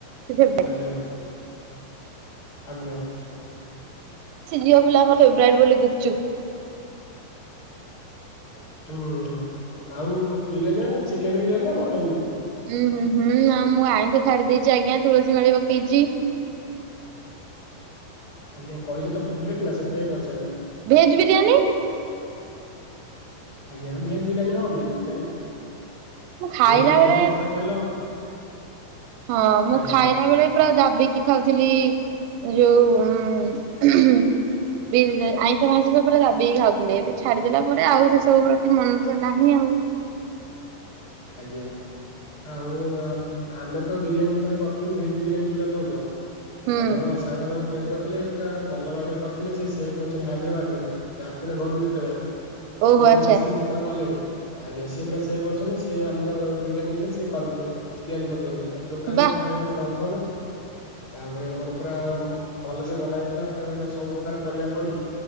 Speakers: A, on the right (about 80°); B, on the left (about 50°).
A: <unintelligible>
B: ଆଜ୍ଞା ଆଜ୍ଞା।
A: ସେ ଝିଅ ପିଲା ଙ୍କ ଫେବରାଇଟ ବୋଲି ଗୁପଚୁପ।
B: ହଁ ଆଉ ବିରିୟାନୀ ଚିକେନ ବିରିୟାନୀ ନା ମଟ
A: ଉୁଁ ହୁଁ ହୁଁ ଆ ମୁଁ ଆଇଁଷ ଛାଡି ଦେଇେଇଛି ଆଜ୍ଞା ତୁଳସୀ ମାଳି ପକେଇଛି।
B: ଆଜ୍ଞା କହିଲେ ତ ଫେବରରେଟ ନା ସେଥିପାଇଁ ପଚାରିଲି।
A: ଭେଜ ବିରିୟାନୀ।
B: ଆଜ୍ଞା ଭେଜ ବିରିୟାନୀ ହଁ ଭେଜ ବିରିୟାନୀ।
A: ମୁଁ ଖାଇଲା
B: ଭେଜ ବିରିୟାନୀ
A: ବେଳେ
B: କଥା କହିଲ।
A: ହଁ ମୁଁ
B: ଆଜ୍ଞା
A: ଖାଇଲା ବେଳେ ପୁରା ଦାବିକି ଖାଉଥିଲି ଯୋଉ ହୁଁ। ବି ଆଇଁଷ ଫାଇଁଷ ସବୁରେ ଦାବିକି ଖାଉଥିଲେ ଏବେ ଛାଡିଦେଲା ପରେ ଆଉ ସେ ସବୁ ପ୍ରତି ମନ ନାହିଁ। ମିଆଁଉ।
B: ଆଜ୍ଞା ଆଉ ଆମେ ତ ବିରିୟାନୀ ଥରେ କରିଥିଲୁ ଭେଜ ବିରିୟାନୀ ଯୋଉଟା କହୁଛ।
A: ହୁଁ
B: ଆମର ସାଙ୍ଗ ଜଣେ ତିଆରି କରିଥିଲେ ପୁରା ଭଲ ଭାଗରେ କରିଥିଲେ ସେ ସେ ବି ଅଛନ୍ତି ହାଇଦ୍ରାବାଦ ରେ ସେ ଆସିଥିଲେ ଘରକୁ ଯେତେବେଳେ।
A: ଓହୋ
B: ଦିଇଥର
A: ଆଚ୍ଛା
B: ଆସିକି ଦିଇଥର ଗଲେଣି ଆଜ୍ଞା ସିଏ ପରା ସେ ପୁରା ସେଭେ ଅଛନ୍ତି। ସେ ଆମର ବିରିୟାନୀ ହେଲେ ସ ତିଆରି କରିଦିଅନ୍ତି ଆମେ ଦୋକାନରେ
A: ବା
B: ଖାଇବାକୁ ତ ଭଲ ପାଉନା। ତାପରେ ଆମର ପୁରା ଭଲ ସେ ବନା ହେଇଥିଲା ପୁରା ମାନେ ସବୁ ପ୍ରକାର ପରିବା ପଡି